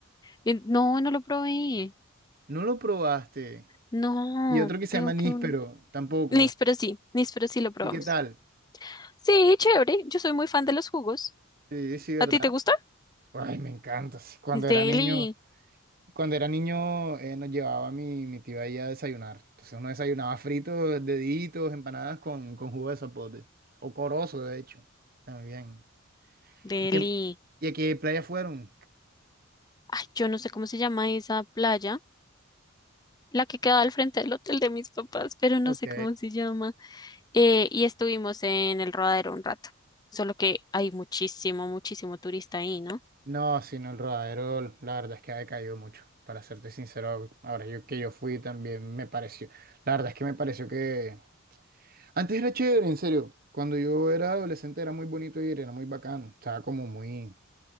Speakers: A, on the left; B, on the right.
A: Eh, no, no lo probé.
B: No lo probaste.
A: No,
B: Y otro que se
A: tengo
B: llama níspero,
A: que un...
B: tampoco.
A: Nis, pero sí, nis, pero sí lo probamos.
B: ¿Y qué tal?
A: Sí, chévere. Yo soy muy fan de los jugos.
B: Sí, sí, ¿verdad?
A: ¿A ti te gusta?
B: Ay, me encanta. sí. Cuando
A: Es Delhi,
B: era niño, cuando era niño eh, nos llevaba mi, mi tía ahí a desayunar. Entonces uno desayunaba fritos, deditos, empanadas con, con jugo de zapote. O corozo, de hecho. También.
A: Delhi.
B: ¿Y, qué- y a qué playa fueron?
A: Ay, yo no sé cómo se llama esa playa. la que quedaba al frente del hotel de mis papás, pero no
B: Ok.
A: sé cómo se llama. Eh, y estuvimos en el Rodadero un rato, solo que hay muchísimo, muchísimo turista ahí, ¿no?
B: No, sino el rodadero, la verdad es que ha decaído mucho. Para serte sincero, ahora yo que yo fui también me pareció. La verdad es que me pareció que Antes era chévere, en serio. Cuando yo era adolescente era muy bonito ir, era muy bacano. Estaba como muy,